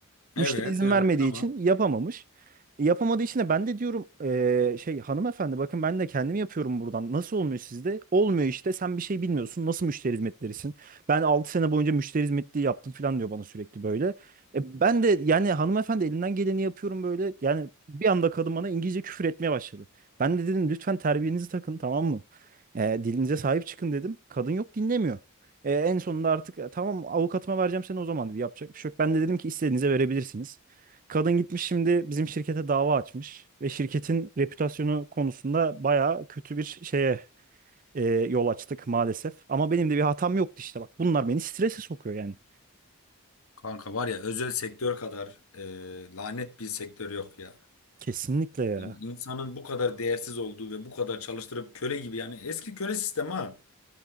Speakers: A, on the left; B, on the right.
A: Evet
B: Müşteri izin
A: evet
B: vermediği
A: tamam.
B: için yapamamış. E, Yapamadığı için de ben de diyorum e, şey hanımefendi bakın ben de kendim yapıyorum buradan. Nasıl olmuyor sizde? Olmuyor işte sen bir şey bilmiyorsun. Nasıl müşteri hizmetlerisin? Ben 6 sene boyunca müşteri hizmetliği yaptım falan diyor bana sürekli böyle. E, ben de yani hanımefendi elinden geleni yapıyorum böyle. Yani bir anda kadın bana İngilizce küfür etmeye başladı. Ben de dedim lütfen terbiyenizi takın tamam mı? E, dilinize sahip çıkın dedim. Kadın yok dinlemiyor. E, en sonunda artık "E, tamam avukatıma vereceğim seni o zaman dedi. Yapacak bir şey yok. Ben de dedim ki istediğinize verebilirsiniz. Kadın gitmiş şimdi bizim şirkete dava açmış ve şirketin reputasyonu konusunda bayağı kötü bir şeye e, yol açtık maalesef. Ama benim de bir hatam yoktu işte bak. Bunlar beni strese sokuyor yani.
A: Kanka var ya özel sektör kadar e, lanet bir sektör yok ya.
B: Kesinlikle ya.
A: Yani İnsanın bu kadar değersiz olduğu ve bu kadar çalıştırıp köle gibi yani eski köle sistemi ha.